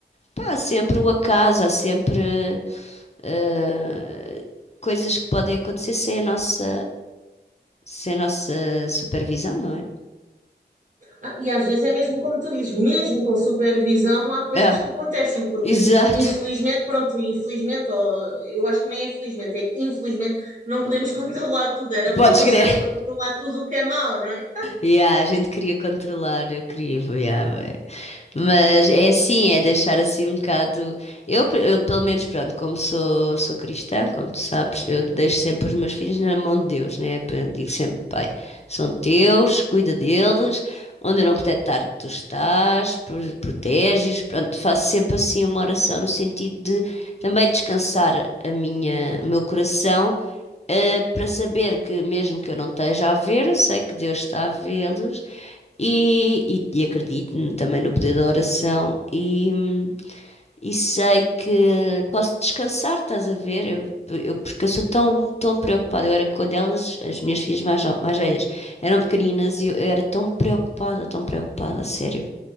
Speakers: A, on the left; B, on the right.
A: pá, há sempre o acaso, há sempre eh, coisas que podem acontecer sem a nossa, sem a nossa supervisão, não é?
B: Ah, E às vezes é mesmo como tu dizes, mesmo com supervisão, há coisas
A: É,
B: que acontecem, porque
A: exato.
B: infelizmente, pronto, infelizmente, ou, eu acho que nem é felizmente, é infelizmente, não podemos <laughs> controlar tudo. Era
A: Podes
B: bom
A: crer.
B: se desse para controlar tudo o que é mau, não é?
A: Yeah, a gente queria controlar, eu queria, yeah, bem. mas é assim, é deixar assim um bocado Eu, eu, pelo menos, pronto, como sou, sou cristã, como tu sabes, eu deixo sempre os meus filhos na mão de Deus, né? Eu Digo sempre, pai, são teus, cuida deles, onde eu não puder estar, tu estás, pro- proteges, pronto, faço sempre assim uma oração no sentido de também descansar a minha, o meu coração, eh, para saber que mesmo que eu não esteja a ver, eu sei que Deus está a vê-los e, e, e acredito também no poder da oração e e sei que posso descansar, estás a ver? Eu, eu- porque eu sou tão, tão preocupada. Eu era quando elas, as minhas filhas mais, no- mais velhas, eram pequeninas e eu, eu era tão preocupada, tão preocupada, a sério.